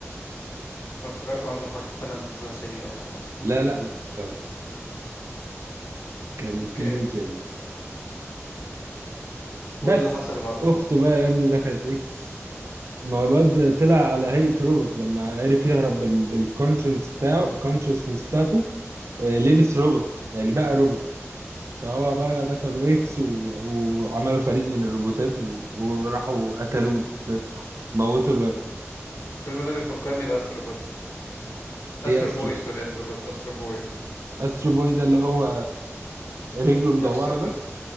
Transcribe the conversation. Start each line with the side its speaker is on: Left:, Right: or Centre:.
Left: انا افتكرت عنده حق 8 9 سنين ولا حاجه
Right: لا لا لا لا، كان
Left: اوكي
Right: تينيجر يعني
Left: وايه
Right: بس
Left: اللي حصل بعد كده
Right: اخته بقى يا ابني دخلت اكس ما هو الواد طلع على هيئه روبوت لما عرف يهرب بال بالكونشنس بتاعه الكونشنس بتاعته آه، لبس روبوت يعني بقى روبوت فهو بقى دخلوا اكس و... وعملوا فريق من الروبوتات و... وراحوا قتلوه بس موتوا الواد
Left: الفيلم ده بيفكرني باسترو بوت
Right: ايه
Left: استرو
Right: استرو
Left: بوي
Right: بوي
Left: سوري استرو بوت استرو بوي
Right: استرو بوي ده اللي هو رجله
Left: نفس
Right: مدورة
Left: القصه
Right: ده